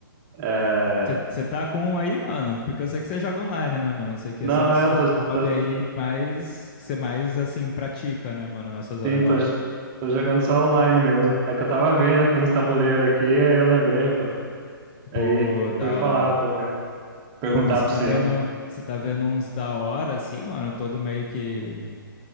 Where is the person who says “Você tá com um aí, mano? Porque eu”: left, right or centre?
Left